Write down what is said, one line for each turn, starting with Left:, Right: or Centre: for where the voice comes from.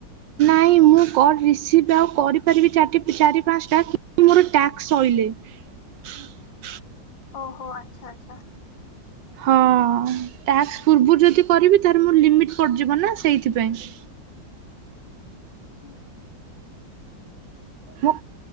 Right: ନାଇଁ ମୁଁ କଲ୍ ରିସିଭ୍ ଆଉ କରିପାରିବି ଚାଟି ଚାରି ପାଞ୍ଚଟା ମୋର ଟ୍ୟାକ୍ସ ସଇଲେ। ହୁଁ <unintelligible>
Left: ଓହୋ! ଆଚ୍ଛା ଆଚ୍ଛା।
Right: ହଁ। ଟାକ୍ସ ପୂର୍ବରୁ ଯଦି କରିବି। ତାହଲେ ମୋର ଲିମିଟ ପଡିଯିବ ନା ସେଇଥିପାଇଁ।
Left: ହୁଁ ହୁଁ।
Right: ମୋ